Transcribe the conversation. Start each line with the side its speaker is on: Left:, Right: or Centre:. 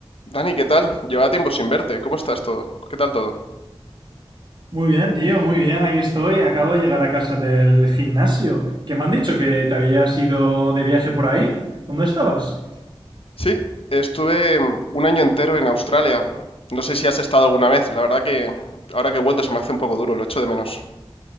Left: Dani, ¿qué tal? Llevaba tiempo sin verte. ¿Cómo estás todo? ¿Qué tal todo?
Right: Muy bien, tío, muy bien, aquí estoy. Acabo de llegar a casa del gimnasio. ¿Qué me han dicho? ¿Que te habías ido de viaje por ahí? ¿Dónde estabas?
Left: Sí, estuve mm, un año entero en Australia. No sé si has estado alguna vez. La verdad que ahora que he vuelto se me hace un poco duro, lo echo de menos.